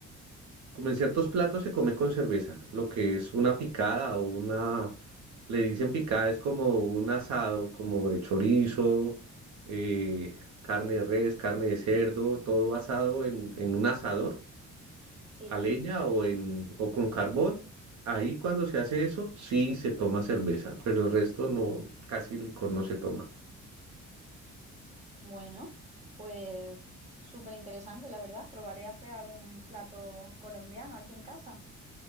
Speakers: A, on the right; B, on the right.
A: Como en ciertos platos se come con cerveza, lo que es una picada o una, le dicen picada, es como un asado, como de chorizo, eh, carne de res, carne de cerdo, todo asado en, en un asador,
B: Sí,
A: a leña o, en, o con carbón. Ahí cuando se hace eso, sí se toma cerveza, pero el resto no, casi licor no se toma.
B: bueno, pues súper interesante, la verdad. Probaré a hacer algún plato colombiano aquí en casa.